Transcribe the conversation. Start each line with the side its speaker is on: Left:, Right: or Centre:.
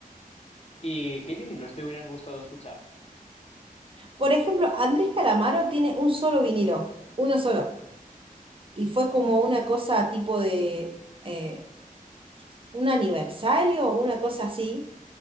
Left: ¿Y qué vinilos te hubieran gustado escuchar?
Right: Por ejemplo, Andrés Calamaro tiene un solo vinilo, uno solo. Y fue como una cosa tipo de eh, un aniversario una cosa así